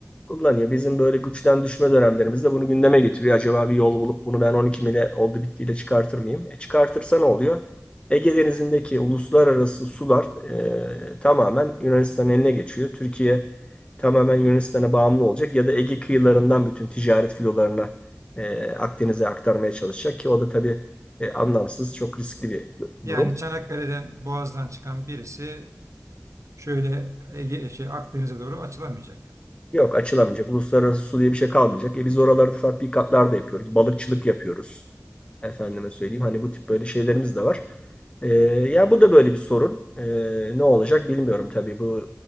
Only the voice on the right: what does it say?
Yani
Çanakkale'den Boğaz'dan çıkan birisi şöyle Ege, şey, Akdeniz'e doğru açılamayacak.